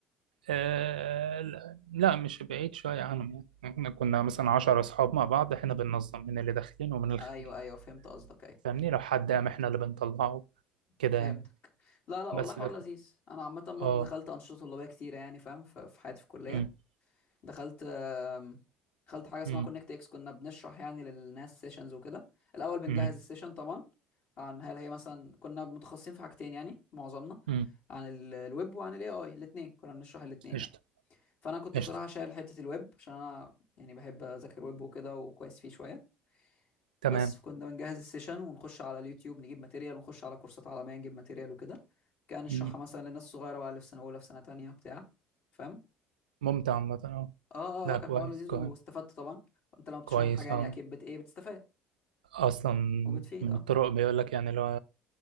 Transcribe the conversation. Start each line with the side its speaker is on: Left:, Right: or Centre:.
Right: آه لا لا، مش بعيد شوية عنهم يعني احنا كنا مثلا عشر أصحاب مع بعض احنا بننظم من اللي داخلين ومن الخارجين
Left: ايوه ايوه فهمت قصدك ايوه
Right: فاهمني لو حد قام احنا اللي بنطلعه كده
Left: فهمتك
Right: يعني
Left: لا لا والله
Right: بس
Left: حوار
Right: ده كان
Left: لذيذ انا عامه برضو
Right: اه
Left: دخلت انشطه طلابيه كتيره يعني فاهم ف- في حياتي في الكليه
Right: امم
Left: دخلت آم، دخلت حاجه اسمها
Right: امم
Left: كونكت اكس كنا بنشرح يعني للناس سيشنز وكده الاول بنجهز
Right: امم
Left: السيشن طبعا عن هل هي مثلا كنا متخصصين في حاجتين يعني معظمنا
Right: امم
Left: عن ال- الويب وعن الاي اي الاثنين كنا بنشرح الاثنين
Right: قشطة
Left: يعني فانا كنت
Right: قشطة
Left: بصراحه شايل حته الويب عشان انا يعني بحب اذاكر ويب وكده وكويس فيه شويه
Right: تمام
Left: بس كنا بنجهز السيشن ونخش على اليوتيوب نجيب ماتيريال ونخش على كورسات عالمية نجيب ماتيريال وكده كان نشرحها
Right: مم.
Left: مثلا للناس الصغيرة بقى اللي في سنة أولى في سنة تانية بتاع فاهم
Right: ممتع عامة اه
Left: اه اه
Right: لا
Left: اه كان
Right: كويس
Left: حوار لذيذ
Right: كويس
Left: واستفدت طبعا وانت لما بتشرح
Right: كويس
Left: الحاجة يعني
Right: اه
Left: أكيد بت ايه بتستفاد
Right: اصلا
Left: وبتفيد
Right: من
Left: اه
Right: الطرق بيقول لك يعني لو